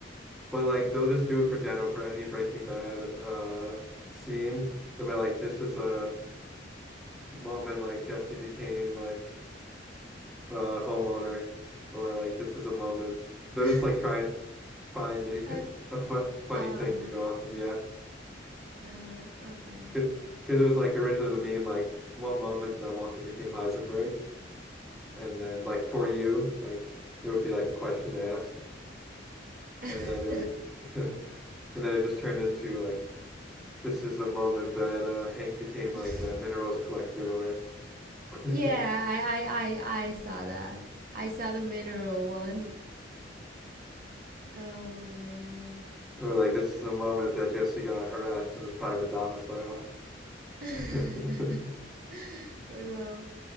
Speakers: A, in the centre; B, on the right.
A: But like they'll just do it for Jeno for any Breaking Bad uh scene. They'll be like, "This is a moment like Jesse became like a homeowner," or like, "This is a moment." They'll
B: <laughs>
A: just like try and find a
B: Okay.
A: <laughs> a fu funny
B: Oh.
A: thing to go off of. Yeah,
B: Uh-huh. Okay.
A: because it was like originally the meme like, "What moment that Walter became Heisenberg?" And then like for you, like there would be like a question to ask.
B: <laughs>
A: and then it would
B: Okay.
A: <laughs> and then it just turned into like this is the moment that uh, Hank became like
B: <laughs>
A: a minerals collector or
B: Yeah,
A: <laughs>
B: I, I, I, I saw that. I saw the mineral one. Oh man.
A: or like this is the moment that Jesse got harassed in his private domicile.
B: <laughs>
A: <laughs>
B: Well,